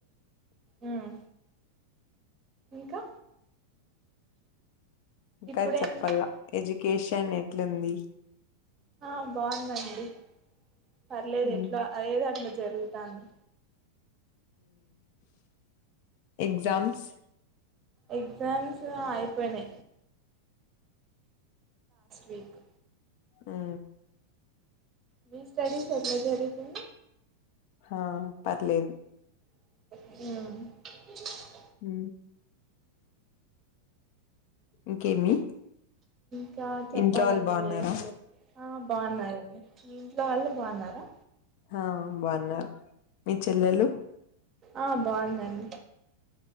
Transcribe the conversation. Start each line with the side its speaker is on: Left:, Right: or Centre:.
Right: మ్మ్ ఇంకా
Left: ఇంకా
Right: ఇప్పుడేం
Left: చెప్పాల ఎడ్యుకేషన్ ట్లంది
Right: ఆ బాగుందండి పర్లేదు
Left: ఉమ్
Right: ఎట్లా అదేది అట్లు జరుగుతుాంది
Left: ఎగజామ్స్
Right: ఎగ్జామ్స్ అయిపోయినా వీక్
Left: ఆ
Right: మీ స్టడస్ ఎట్ల జరిగాయి
Left: ఆ పర్లేదు
Right: మ్
Left: మ్ ఇంకేమి
Right: ఇంకా చెప్పాలండి
Left: ఇంట్లో వాళ్ళు బాగున్నారా
Right: మీరె ఆ బాగున్నారండి లా వాళ్ళు బాగున్నారా
Left: ఆ బాగున్నారు మీ చెల్లెలు
Right: ఆ బాగుందండి